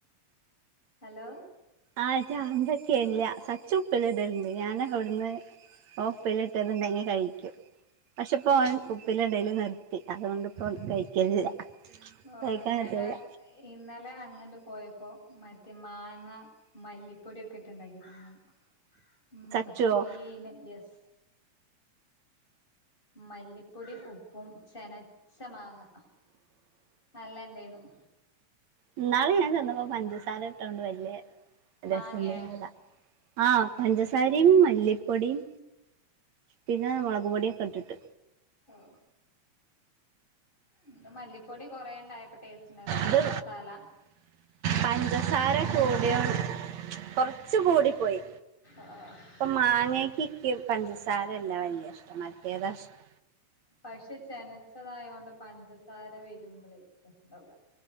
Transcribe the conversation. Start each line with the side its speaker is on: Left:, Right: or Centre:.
Left: ഹലോ
Right: ആഹ് ചാമ്പെക്കെയില്ല. സച്ചു ഉപ്പിലിടലൊണ്ട്. ഞാൻ അവിടെന്ന്. ഓപ്പിലിട്ടതുണ്ടെങ്കിൽ കഴിക്കും. പക്ഷെപ്പോ ഓൻ ഉപ്പിലിടല് നിർത്തി. അതുകൊണ്ടിപ്പം കഴിക്കലില്ല.
Left: ഓ
Right: കഴിക്കാൻ
Left: ഇന്നലെ,
Right: കിട്ടലില്ല
Left: ഇന്നലെ അങ്ങണ്ട് പോയപ്പോ മറ്റേ മാങ്ങ. മല്ലിപ്പൊടിയെക്കെയിട്ട് ഇണ്ടാക്കി തന്ന്. ഉം.
Right: സച്ചുവോ
Left: സീന് എസ്. മല്ലിപ്പൊടി, ഉപ്പും ചേനെച്ചമാങ്ങ. നല്ലെണ്ടേനും
Right: ഇന്നാളി ഞാൻ ചെന്നപ്പോ പഞ്ചസാര ഇട്ടോണ്ട് വെല്യാ രെസം
Left: മാങ്ങേ
Right: തേന്നില്ല. ആഹ്, പഞ്ചസാരിയും മല്ലിപ്പൊടിയും പിന്നെ മെളക് പൊടിയൊക്കെ ഇട്ടിട്ട്.
Left: ഓ ഇന്ന് മല്ലിപ്പൊടി കൊറെ ഒണ്ടായപ്പോ ടേസ്റ്റ് ഉണ്ടാരുന്നു. നല്ല
Right: ഇത്
Left: മസാല
Right: പഞ്ചസാര കൂടിം. കൊറെച്ച് കൂടി പോയി
Left: ആഹ്
Right: ഇപ്പൊ മാങ്ങക്ക് ഇക്ക് പഞ്ചസാരല്ല വെല്യാ ഇഷ്ടം. മറ്റേതാ ഇഷ്ടം.
Left: പക്ഷെ ചെനച്ചതായൊണ്ട് പഞ്ചസാര വെരുമ്പളേ പ്രശ്നമില്ല.